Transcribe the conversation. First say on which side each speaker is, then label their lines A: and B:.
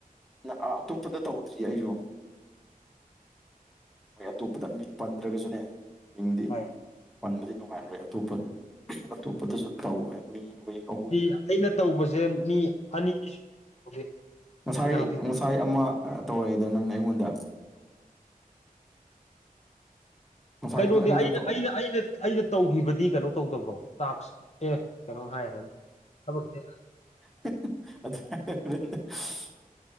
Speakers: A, in the centre; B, on the left (about 45°).
A: ꯅꯥ ꯑꯥ ꯑꯇꯣꯞꯄꯗ ꯇꯧꯗ꯭ꯔꯤꯌꯦ ꯑꯩꯖꯨ ꯃꯣꯏ ꯑꯇꯣꯞꯄꯗ ꯃꯤꯡ ꯄꯟꯗ꯭ꯔꯒꯁꯨꯅꯦ ꯃꯤꯡꯗꯤ
B: ꯍꯣꯏ
A: ꯄꯟꯕꯗꯤ ꯅꯨꯡꯉꯥꯏꯔꯣꯏ ꯑꯇꯣꯞꯄ ꯑꯇꯣꯞꯄꯗꯁꯨ ꯇꯧꯋꯦ ꯃꯤ ꯑꯣꯏ <unintelligible>
B: ꯑꯩꯅ ꯇꯧꯕꯁꯦ ꯃꯤ ꯑꯅꯤꯗꯤꯁꯨꯂꯦ ꯍꯧꯖꯤꯛ
A: ꯉꯁꯥꯏ
B: ꯑꯩꯅ ꯍꯧꯖꯤꯛ
A: ꯉꯁꯥꯏ ꯑꯃ ꯇꯧꯔꯛꯏꯗꯅ ꯅꯪꯅ ꯑꯩꯉꯣꯟꯗ ꯉꯁꯥꯏꯗꯣ
B: ꯀꯩꯅꯣꯗꯤ
A: ꯑꯩꯉꯣꯟꯗ
B: ꯑꯩꯅ
A: ꯇꯧ
B: ꯑꯩꯅ ꯑꯩꯅ ꯑꯩꯅ ꯇꯧꯈꯤꯕꯗꯤ ꯀꯩꯅꯣ ꯇꯧꯗꯕ꯭ꯔꯣ ꯇꯥꯛꯁ ꯑꯦ ꯀꯩꯅꯣꯝ ꯍꯥꯏꯔꯦ ꯊꯕꯛꯁꯦ
A: <unintelligible>